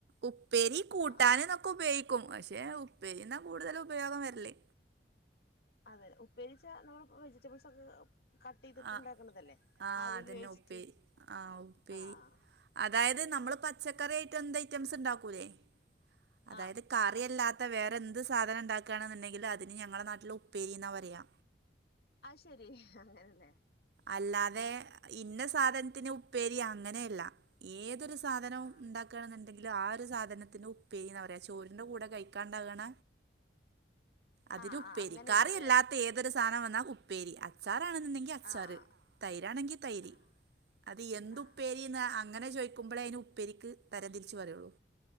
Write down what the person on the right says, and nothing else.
ഉപ്പേരി കൂട്ടാന്
നൊ ക്കൊ ഉപയോഗിക്കും പക്ഷേ ഉപ്പേരി ന്നാ കൂടുതല് ഉപയോഗം വരല്
ആ ആ
അതന്നെ
ഉപ്പേരി ആ ഉപ്പേരി
അതായത് നമ്മള് പച്ചക്കറി ആയിട്ട് എന്ത് ഐറ്റംസ് ഉണ്ടാക്കൂല്ലേ അതായത്
കറിയല്ലാത്ത വേറെ എന്ത് സാധനം ഉണ്ടാക്കുകയാണെന്നുണ്ടെങ്കിലും അതിന് ഞങ്ങളുടെ നാട്ടില് ഉപ്പേരിയന്നാ പറയാ
അല്ലാതെ ഇന്ന സാധനത്തിന് ഉപ്പേരി അങ്ങനെയല്ല ഏതൊരു സാധനവും
ഉണ്ടാക്കാണെന്ന് ന്തെങ്കിലും ആഹ് ഒരു സാധനത്തിന് ഉപ്പേരിന്നാ പറയ്യാ ചോറിന്റെ കൂടെ കഴിക്കാണ്ടാകണ അതില്
ഉപ്പേരി
കറില്ലാത്ത ഏതൊരു സാധനം വന്നാ ഉപ്പേരി അച്ചാറാണെന്നുണ്ടെങ്കി അ ച്ചാറ്
തൈരാണെങ്കി തൈര്
അത് എന്തുപ്പേരിന്ന
ആഹ് അങ്ങനെ ചോദിക്കുമ്പളേ അതിന് ഉപ്പേരിക്ക് തരം തിരിച്ച് പറയുള്ളൂ